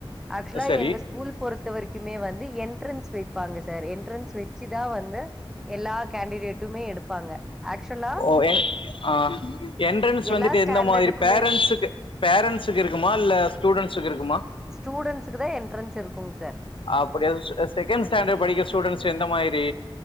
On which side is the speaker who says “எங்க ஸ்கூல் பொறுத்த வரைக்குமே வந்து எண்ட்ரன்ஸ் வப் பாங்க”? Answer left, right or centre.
Centre